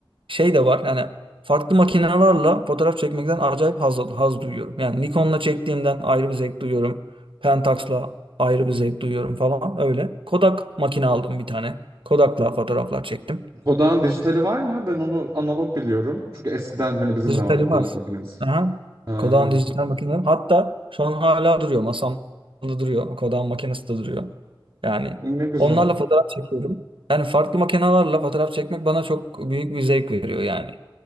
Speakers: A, on the right; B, on the right.
A: şey de var. Yani farklı makinelerle fotoğraf çekmekten acayip haz, haz duyuyorum. Yani Nikon'la çektiğimden ayrı bir zevk duyuyorum. Pentax'la ayrı bir zevk duyuyorum falan öyle. Kodak makine aldım bir tane. Kodak'la fotoğraflar çektim.
B: Kodak'ın dijitali var mı? Ben onu analog biliyorum. Çünkü eskiden hani bizim
A: dijitali
B: de vardı Kodak
A: var.
B: makinemiz.
A: Aha.
B: Ha,
A: Kodan dijital makineler. Hatta şu an hala duruyor. Masamda duruyor. Kodan makinesi de duruyor. Yani
B: ne güzel.
A: onlarla fotoğraf çekiyorum. Yani farklı makinelerle fotoğraf çekmek bana çok büyük bir zevk veriyor yani.